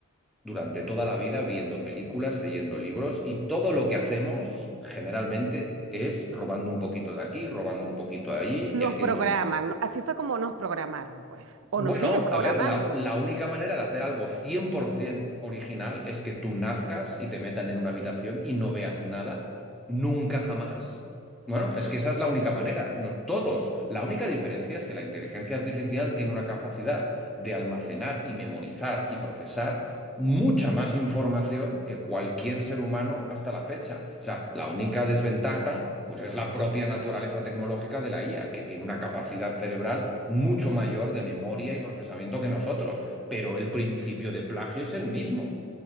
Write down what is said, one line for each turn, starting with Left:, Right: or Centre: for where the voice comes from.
Centre: durante toda la vida, viendo películas, leyendo libros, y todo lo que hacemos generalmente es robando un poquito de aquí, robando un poquito de allí
Right: Nos
Centre: y haciendo
Right: programan, ¿no? así fue como nos programaron, pues. O
Centre: bueno,
Right: nos siguen programando.
Centre: a ver, la, la única manera de hacer algo 100% original es que tú nazcas y te metan en una habitación y no veas nada, nunca jamás. Bueno, es que esa es la única manera. No todos. La única diferencia es que la inteligencia artificial tiene una capacidad de almacenar y memorizar y procesar mucha más información que cualquier ser humano hasta la fecha. O sea, la única desventaja, pues es la propia naturaleza tecnológica de la IA, que tiene una capacidad cerebral mucho mayor de memoria y procesamiento que nosotros. Pero el principio de plagio es el mismo.